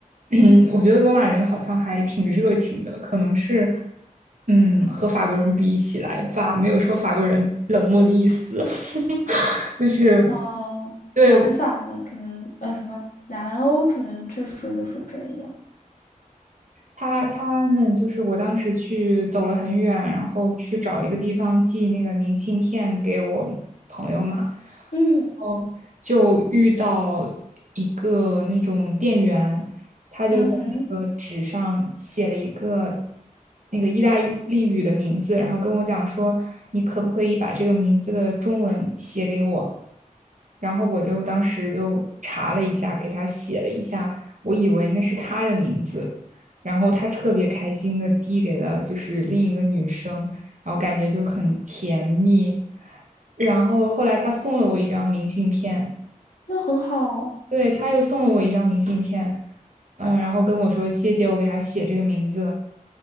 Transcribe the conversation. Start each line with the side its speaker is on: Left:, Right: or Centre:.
Right: <clears throat> 我觉得罗马人好像还挺热情的，可能是，嗯，和法国人比起来吧，没有说法国人冷漠的意思，<laughs> 就是
Left: 哦，
Right: 对
Left: 南法嘛，可能呃什么南欧，可能确实就是这样。
Right: 他他们就是我当时去走了很远，然后去找一个地方寄那个明信片给我朋友嘛，
Left: 嗯
Right: 后就遇到一个那种店员，他就在那个纸上写了一个
Left: 嗯哼，
Right: 那个意大利语的名字，然后跟我讲说，你可不可以把这个名字的中文写给我？然后我就当时就查了一下，给他写了一下，我以为那是他的名字，然后他特别开心的递给了就是另一个女生，然后感觉就很甜蜜。然后后来他送了我一张明信片，
Left: 那很好。
Right: 对，他又送了我一张明信片，嗯，然后跟我说谢谢我给他写这个名字，